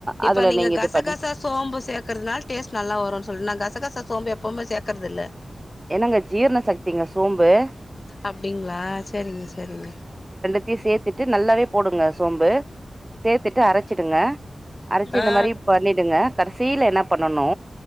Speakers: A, on the left (about 40°); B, on the right (about 20°).
A: இப்ப
B: அதுல
A: நீங்க கசகசா
B: இது பண்ணி
A: சோம்பு சேர்க்கறதுனா டேஸ்ட் நல்லா வரு சொல் நா கசகச சோம்ப எப்பவுமே சேர்க்கறதில்ல
B: என்னங்க ஜீரண சக்திங்க சோம்பு
A: அப்டிங்களா செரிங்க செரிங்க
B: த்தி சேத்துட்டு நல்லாவே போடுங்க சோம்பு சேத்துட்டு அரச்சிடுங்க அரச்சு இந்த
A: ஆ
B: மாரி பண்ணிடுங்க கடைசியில என்ன பண்ணணு